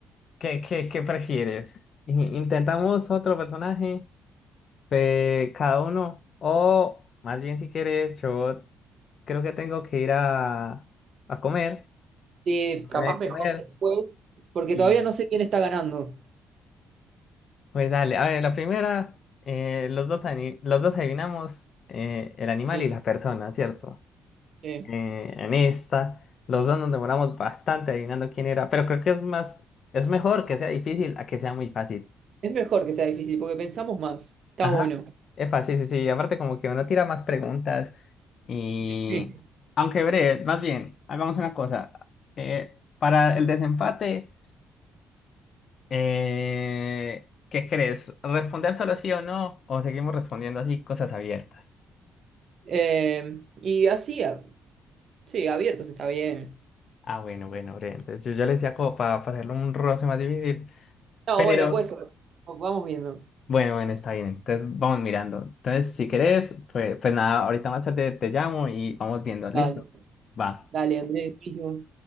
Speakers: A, on the left; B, on the right.
A: ¿Qué, qué, qué prefieres? I- ¿Intentamos otro personaje? eh, cada uno. O más bien si quieres, yo creo que tengo que ir a, a comer.
B: sí, capaz
A: a de
B: mejor
A: comer.
B: después, porque
A: Y
B: todavía no sé quién está ganando.
A: pues dale, a ver, la primera, eh, los dos, ani- los dos adivinamos eh, el animal
B: Sí,
A: y la persona, ¿cierto?
B: sí.
A: Eh, en esta, los dos nos demoramos bastante adivinando quién era, pero creo que es más, es mejor que sea difícil a que sea muy fácil.
B: Es mejor que sea difícil, porque pensamos más. Está
A: Ajá,
B: bueno.
A: es fácil, sí, sí. Aparte, como que uno tira más preguntas. Y.
B: <laughs>
A: Aunque breve, más bien, hagamos una cosa. Eh, para el desempate, eh, ¿qué crees? ¿Responder solo sí o no? ¿O seguimos respondiendo así cosas abiertas?
B: Sí. Em, y así, a- sí, abiertos está bien.
A: Ah, bueno, bueno, breve. Entonces, yo ya le decía como para, para hacerlo un roce más difícil.
B: No,
A: Pero,
B: bueno, pues vamos viendo.
A: bueno, bueno, está bien. Entonces, vamos mirando. Entonces, si querés, pues, pues nada, ahorita más tarde te llamo y vamos viendo. ¿Listo?
B: Dale,
A: Va.
B: dale, Andrés, buenísimo.